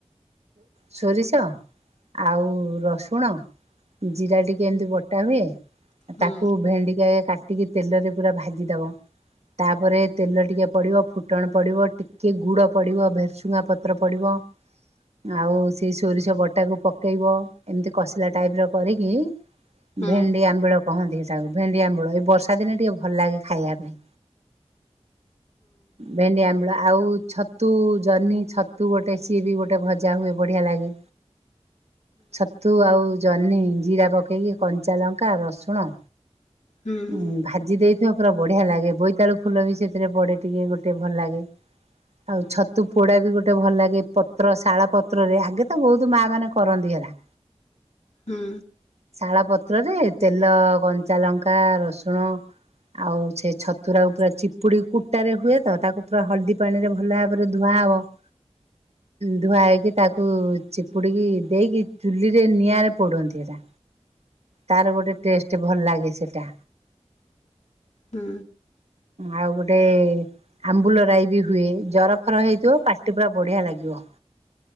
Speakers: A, on the right; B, on the left.
A: ସୋରିଷ ଆଉ ରସୁଣ ଜିରା ଟିକେ ଏମିତି ବ କଟା ହୁଏ
B: ହୁଁ ହୁଁ
A: ତାକୁ ଭେଣ୍ଡି କାଟିକି ତେଲରେ ପୁରା ଭାଜିଦବ ତାପରେ ତେଲ ଟିକେ ପଡ଼ିବ ଫୁଟଣ ପଡ଼ିବ ଟିକଏ ଗୁଡ଼ ପଡ଼ିବ ଭେରସୁଙ୍ଗା ପତ୍ର ପଡ଼ିବ। ଆଉ ସେ ସୋରିଷ ବଟାକୁ ପକେଇବ ଏମିତି କସିଲା ଟାଇପ୍ ର କରିକି
B: ହୁଁ
A: ଭେଣ୍ଡି ଆମ୍ବିଳ କହନ୍ତି ସେଟାକୁ ଭେଣ୍ଡି ଆମ୍ବିଳ ଏଇ ବର୍ଷା ଦିନେ ଟିକେ ଭଲ ଲାଗେ ଖାଇବା ପାଇଁ। ଭେଣ୍ଡି ଆମ୍ବଳ ଆଉ ଛତୁ ଜହ୍ନି ଛତୁ ଗୋଟେ ସିଏ ବି ଗୋଟେ ଭଜା ହୁଏ ବଢିଆ ଲାଗେ। ଛତୁ ଆଉ ଜହ୍ନି ଜିରା ପକେଇକି କଞ୍ଚା ଲଙ୍କା ରସୁଣ
B: ହୁଁ ହୁଁ।
A: ଉଁ ଭାଜି ଦେଇଥିବ ପୁରା ବଢ଼ିଆ ଲାଗେ ବୋଇତାଳୁ ଫୁଲ ବି ସେଥିରେ ପଡ଼େ ଟିକେ ଗୋଟେ ଭଲ ଲାଗେ ଆଉ ଛତୁ ପୋଡା ବି ଗୋଟେ ଭଲ ଲାଗେ ପତ୍ର ଶାଳ ପତ୍ରରେ ଆଗେ ତ ବହୁତ ମା ମାନେ କରନ୍ତିି ହେରା।
B: ହୁଁ।
A: ଶାଳ ପତ୍ରରେ ତେଲ କଞ୍ଚାଲଙ୍କା ରସୁଣ ଆଉ ସେ ଛତୁରାକୁ ପୁରା ଚିପୁଡ଼ି କୁଟାରେ ହୁଏ ତ ତାକୁ ପୁରା ହଳଦୀ ପାଣିରେ ଭଲ ଭାବରେ ଧୁଆହବ ହ। ଧୁଆ ହେଇକି ତାକୁ ଚିପୁଡ଼ିକି ଦେଇକି ଚୁଲିରେ ନିଆଁରେ ପୋଡନ୍ତି ଏରା। ତାର ଗୋଟେ ଟେଷ୍ଟ ଭଲ ଲାଗେ ସେଟା।
B: ହୁଁ।
A: ଆଉ ଗୋଟେ ଆମ୍ବୁଲ ରାଇ ବି ହୁଏ ଜର ଫର ହେଇଥିବ ପାଟି ପୁରା ବଢିଆ ଲାଗିବ।